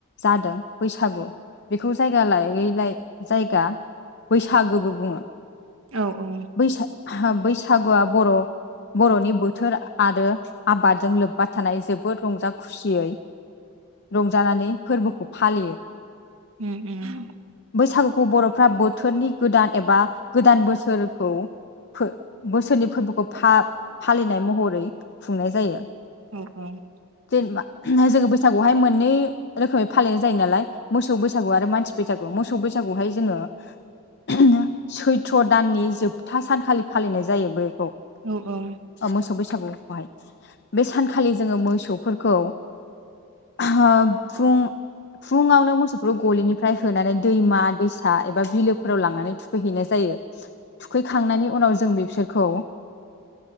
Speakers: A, on the left (about 50°); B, on the right (about 70°).
A: जादों बैसागु बेखौ जायगा लायै लायै जायगा बैसागोबो बुङो
B: औ औ।
A: बैसा बैसागुआ आ बर' बर'नि बोथोर आरो आबादजों लोब्बा थानाय जोबोद रंजा खुसियै रंजानानै फोरबोखौ फालियो।
B: उम उम
A: बैसागुखौ बर'फ्रा बोथोरनि गोदान एबा गोदान बोसोरखौ फो बोसोरनि फोरबोखौ फा फालिनाय महरै खुंनाय जायो
B: <unintelligible>
A: जेनेबा जों बैस सागु हाय मोननै रोखोमै फालिनाय जायो नालाय मोसौ बैसागु आरो मानसि बैसागु। मोसौ बैसागुहाय जोङो <unintelligible> सैथ्र दाननि जोबथा सानखालि फालिनाय जायो ओमफाय बेखौ।
B: औ औ
A: मोसौ बैसागुखौहाय बे सानखालि जोङो मोसौ फोरखौ ओहो फुं फुङावनो मोसौफोरखौ गलिनिफ्राय होनानै दैमा दैसा एबा बिलोफोराव लांनानै थुखैहैनाय जायो थुखैखांनायनि उनाव जो जों बिसोरखौ